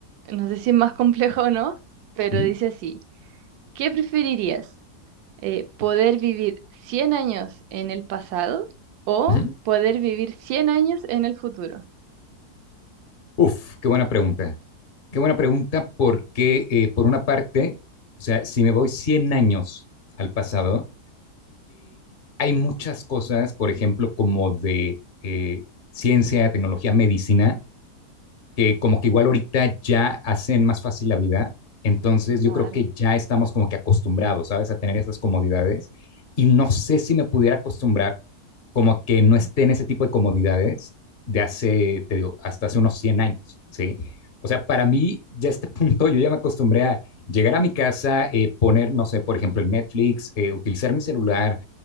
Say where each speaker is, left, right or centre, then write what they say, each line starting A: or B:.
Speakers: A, on the right (about 80°); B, on the left (about 55°).
A: no sé si es más complejo o no, pero
B: Ujú,
A: dice así, ¿qué preferirías? Eh, ¿poder vivir 100 años en el pasado o
B: ujú.
A: poder vivir 100 años en el futuro?
B: Uf, qué buena pregunta. Qué buena pregunta porque, eh, por una parte, o sea, si me voy 100 años al pasado, hay muchas cosas, por ejemplo, como de eh, ciencia, tecnología, medicina, que como que igual ahorita ya hacen más fácil la vida, entonces
A: Claro.
B: yo creo que ya estamos como que acostumbrados, ¿sabes? A tener esas comodidades y no sé si me pudiera acostumbrar como que no esté en ese tipo de comodidades de hace, te digo, hasta hace unos 100 años, ¿sí? O sea, para mí ya a este <laughs> punto yo ya me acostumbré a llegar a mi casa, eh, poner, no sé, por ejemplo, el Netflix, eh, utilizar mi celular,